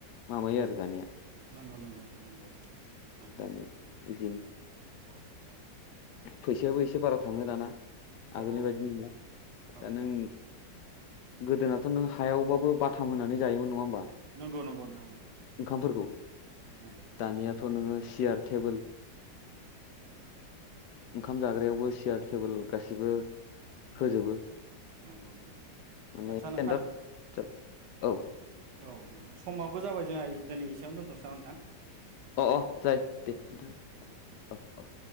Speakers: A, on the left (about 70°); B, on the right (about 70°).
A: माबायो आरो दानिया
B: नंगौ नंगौ नोंथां नंगौ नंगौ
A: दानिया बिदिनो
B: नंगौ औ औ औ
A: फैसायाबो एसे बारा थांङो दाना
B: औ
A: आगोलनि बायदि
B: नंगौ
A: नंला
B: औ
A: दा
B: नोंथां
A: नों
B: औ
A: गोदोनाथ नों हायावबाबो बाथाम होनानै जायोमोन नंङा होमबा
B: नंगौ नंगौ नोंथां नंगौ
A: ओंखामफोरखौ
B: नंगौ नंगौ
A: दानियाथ' नोङो सियार थेबोल
B: औ
A: <inaudible>
B: नंगौ
A: ओंखाम
B: नोंथां
A: जाग्रायावबो सियार थेबोल गासिबो होजोबो।
B: नंगौ नंगौ नोंथां
A: माने
B: आदसा
A: स्टेन्डार्ड
B: नोंथां
A: औ।
B: औ नोंथां समाबो जाबाय जोंहा इज दोनै इसेयावनो दोनथ'नसै नामा नोंथां?
A: अ अ जायो दे
B: औ
A: नोंथां
B: दे दे दे
A: अ अ।